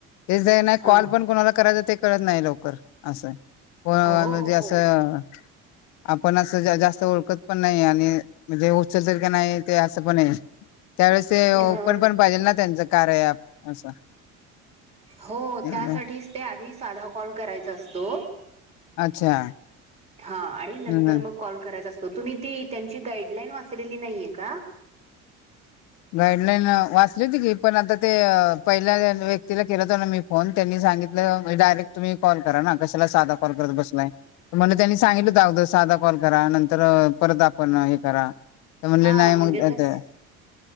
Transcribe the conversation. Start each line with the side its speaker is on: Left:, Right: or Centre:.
Left: तेच आहे ना,
Right: हा
Left: कॉल पण कोणाला करायच कळत नाही लवकर असं म्हणजे
Right: हो
Left: असं
Right: हो
Left: आपण असं जास्त ओळखत पण नाही आणि म्हणजे उचल तील की नाही ते असं पण आहे. त्यावेळेस ते ओपन
Right: ह
Left: पण पाहिजेल ना त्यांचं कार्य ॲप असं.
Right: हो
Left: एकदम.
Right: त्यासाठीच ते आधी साधा कॉल करायचा असतो.
Left: अच्छा
Right: हा आणि नंतर
Left: हम्म हम्म.
Right: मग कॉल करायच असतो, तुम्ही ती त्यांची गाईडलाईन वाचलेली नाहीये का?
Left: गाईडलाईन वाचली होती की पण, आता ते पहिल्या व्यक्तीला केलंत हो ना मी फोन त्यांनी सांगितलं म्हणजे डायरेक्ट तुम्ही कॉल करा ना कशाला साधा कॉल करत बसलाय. म्हण त्यांनी सांगितलं होत अगददा साधा कॉल करा, नंतर परत आपण हे करा ते म्हणले
Right: हा
Left: नाही
Right: म्हणजे
Left: मंग
Right: कस
Left: <unintelligible>